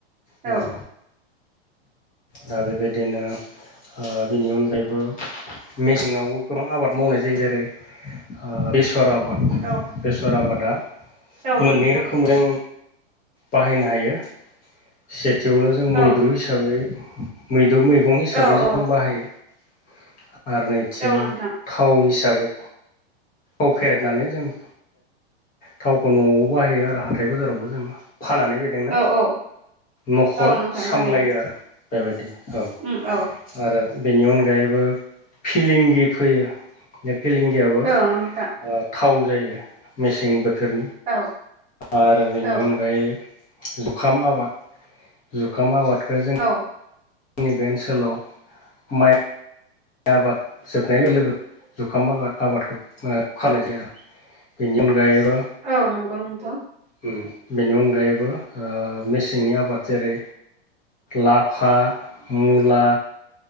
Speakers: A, on the left; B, on the right.
A: नंगौ
B: औ
A: दा बेबायदिनो आ बेनि अनगायैबो मेसेंवावबो गोबां आबाद मावनाय जायो जेरै आ बेसर आबाद
B: औ
A: बेसर आबादा
B: औ
A: मोननै
B: नोंथां
A: रोखोमजों बाहायनो हायो सेथियावनो जों
B: औ
A: मैद्रु हिसाबै मैद्रु मैगं हिसाबै
B: औ
A: जों
B: औ
A: बाहायो आरो नैथियाव
B: नोंथां
A: थाव हिसाबै औ फेरेदनानै जों थावखौ न'आवबो बाहायो आरो हाथाय बाजारावबो जों फाननानै बे ना
B: औ औ
A: न'खर
B: औ नोंथां
A: सामलायो
B: थारैनो
A: आरो बेबायदि औ।
B: उम औ।
A: आरो बेनि अनगायैबो फिलिंगि फैयो बे फिलिंगियाबो
B: औ नंगौ नोंथां।
A: ओ थाव जायो मेसें बोथोरनि
B: औ
A: आरो बेनि
B: औ
A: अनगायै जुखाम आबाद जुखाम आबादखौ जों
B: औ।
A: जोंनि बे ओनसोलाव माइ आबाद जोबनाय लोगो जुखाम आबादखौ खालामनाय जायो आरो। बेनि अनगायैबो
B: औ नंगौ नोंथां।
A: ओ बेनि अनगायैबो ओ मेसेंनि आबाद जेरै लाफा मुला